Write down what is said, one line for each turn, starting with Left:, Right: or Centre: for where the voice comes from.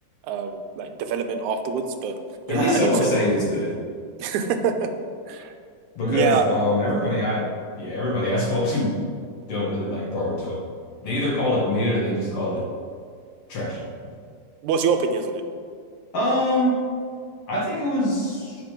Right: um, like development afterwards. But yeah,
Left: At least
Right: I
Left: someone's
Right: need to.
Left: saying it's good
Right: <laughs>
Left: because
Right: Yeah,
Left: um everybody I yeah, everybody I <laughs> spoke to don't really like Boruto. They either call it mid or they just call it trash.
Right: what's your opinions on it?
Left: Um, I think it was,